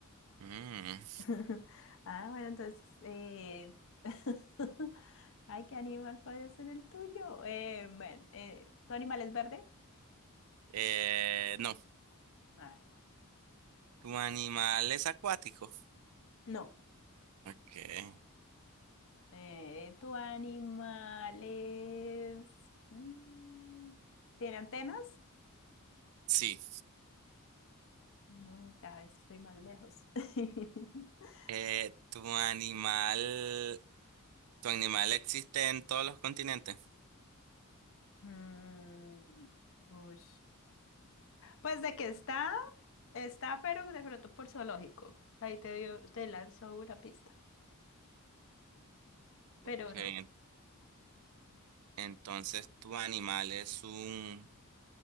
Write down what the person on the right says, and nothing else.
Mm.
Eh, no.
¿Tu animal es acuático?
Ok.
Sí.
Eh, ¿tu animal, tu animal existe en todos los continentes?
Ok.
Entonces, ¿tu animal es un